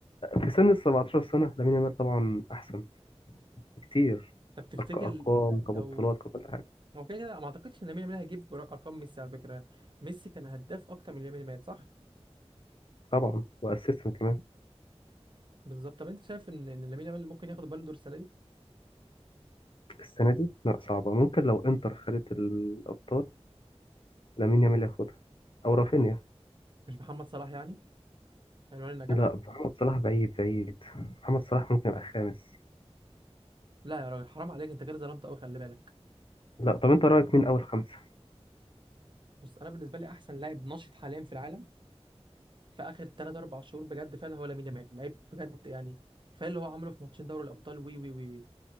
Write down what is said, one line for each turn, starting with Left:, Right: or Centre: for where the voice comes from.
Left: في سن ال 17 سنه لامين يامال طبعا احسن بكتير
Right: طب تفتكر
Left: أرق- ارقام
Right: ل-
Left: كبطولات
Right: لو
Left: ككل حاجه
Right: هو كده كده ما اعتقدش ان لامين يامال هيجيب ر- ارقام ميسي على فكره ميسي كان هداف اكتر من لامين يامال صح
Left: طبعا واسيستم كمان
Right: بالظبط طب انت شايف ان ان لامين يامال ممكن ياخد البالون دور السنه دي
Left: السنه دي لا صعبه ممكن لو انتر خدت الابطال لامين يامال ياخدها او رافينيا
Right: مش محمد صلاح يعني عنوان النجاح
Left: لا محمد صلاح بعيد بعيد محمد صلاح ممكن يبقى خامس
Right: لا يا راجل حرام عليك انت كده ظلمت قوي خلي بالك
Left: لا طب انت رايك مين اول خمسه
Right: بص انا بالنسبه لي احسن لاعب ناشط حاليا في العالم في اخر 3 4 شهور بجد فعلا هو لامين يامال لعيب بجد يعني كفايه اللي هو عمله في ماتشين دوري الابطال وي وي وي وي